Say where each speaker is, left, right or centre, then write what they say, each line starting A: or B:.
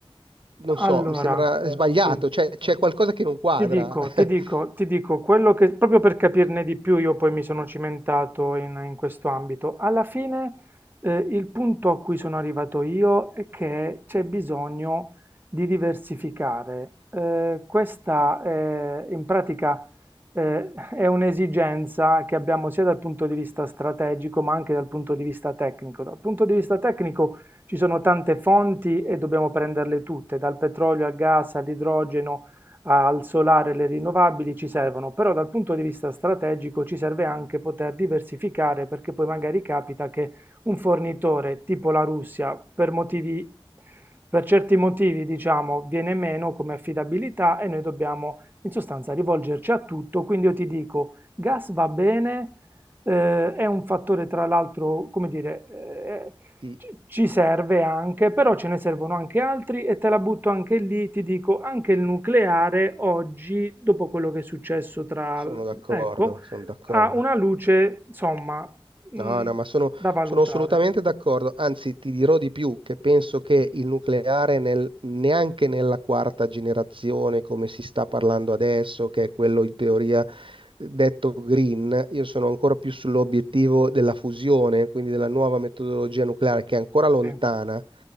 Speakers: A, on the right; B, on the right.
A: non so,
B: Allora,
A: mi sembra sbagliato,
B: sì,
A: cioè c'è qualcosa che non quadra.
B: Ti dico,
A: <laughs>
B: ti dico, ti dico, quello che, proprio per capirne di più, io poi mi sono cimentato in, in questo ambito. Alla fine, eh, il punto a cui sono arrivato io è che c'è bisogno di diversificare. Eh, questa è, in pratica, eh, è un'esigenza che abbiamo sia dal punto di vista strategico, ma anche dal punto di vista tecnico. Dal punto di vista tecnico ci sono tante fonti e dobbiamo prenderle tutte, dal petrolio al gas all'idrogeno al solare e le rinnovabili ci servono, però dal punto di vista strategico ci serve anche poter diversificare perché poi magari capita che un fornitore tipo la Russia per motivi, per certi motivi diciamo viene meno come affidabilità e noi dobbiamo in sostanza rivolgerci a tutto, quindi io ti dico gas va bene, eh, è un fattore tra l'altro, come dire, eh,
A: Sì,
B: ci ci serve anche, però ce ne servono anche altri e te la butto anche lì, ti dico, anche il nucleare oggi, dopo quello che è successo tra...
A: sono d'accordo,
B: ecco,
A: sono d'accordo.
B: ha una luce, insomma, mh,
A: No, no, ma sono,
B: da valutare.
A: sono assolutamente d'accordo. Anzi, ti dirò di più che penso che il nucleare nel- neanche nella quarta generazione, come si sta parlando adesso, che è quello in teoria eh, detto green, io sono ancora più sull'obiettivo della fusione, quindi della nuova metodologia nucleare, che è ancora lontana,
B: Sì,